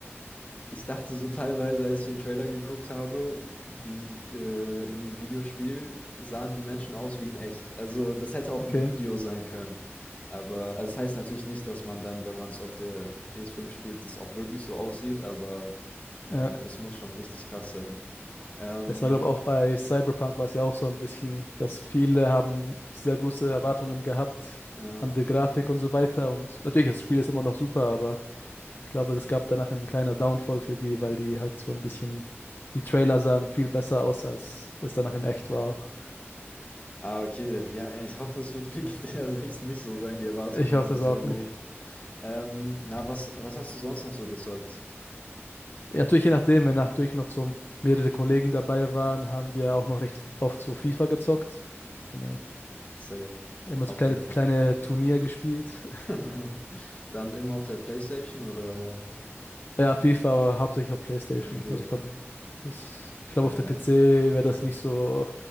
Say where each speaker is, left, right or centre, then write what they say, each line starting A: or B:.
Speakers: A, on the left; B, on the left.
A: Ich dachte so teilweise, als ich den Trailer geguckt habe, die äh, in dem Videospiel sahen die Menschen aus wie in echt. Also das hätte auch
B: okay.
A: ein Video sein können. Aber also das heißt natürlich nicht, dass man dann, wenn man es auf der ps fünf spielt, das auch wirklich so aussieht, aber ähm,
B: Ja,
A: es muss schon richtig krass sein. Ähm,
B: es war, glaube ich, auch bei Cyberpunk war es ja auch so ein bisschen, dass viele haben sehr große Erwartungen gehabt
A: ja.
B: an die Grafik und so weiter. Und natürlich, das Spiel ist immer noch super, aber ich glaube, es gab danach einen kleinen Downfall für die, weil die halt so ein bisschen, die Trailer sahen viel besser aus, als es danach in echt war auch.
A: Ah, okay. Ja, ey, ich hoffe, es wird für GTA sechs nicht so sein. Die Erwartungen
B: Ich hoffe
A: sind
B: es
A: so
B: auch nicht.
A: hoch. Ähm, na, was, was hast du sonst noch so gezockt?
B: Ja, Natürlich, je nachdem, wenn natürlich noch so mehrere Kollegen dabei waren, haben wir auch noch recht oft so FIFA gezockt. Ja,
A: Safe.
B: Immer
A: Auf
B: so kleine,
A: der.
B: kleine Turnier gespielt.
A: <laughs> Dann immer auf der PlayStation oder?
B: Ja, FIFA, aber hauptsächlich auf PlayStation.
A: Okay,
B: Also ich glaube, das, ich glaube,
A: ja.
B: auf der PC wäre das nicht so